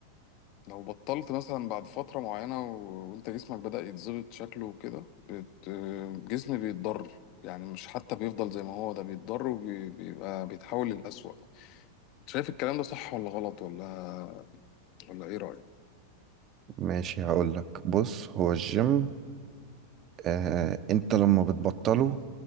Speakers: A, on the left; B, on the right.
A: لو بطلت مثلا بعد فتره معينه و- وانت جسمك بدأ يتظبط شكله وكده بت... آه، الجسم بيتضرر يعني مش حتى بيفضل زي ما هو ده بيتضرر وبيبقى بيتحول للأسوأ شايف الكلام ده صح ولا غلط ولا ولا ايه رأيك
B: ماشي هقولك بص هو الجيم آه، انت لما بتبطله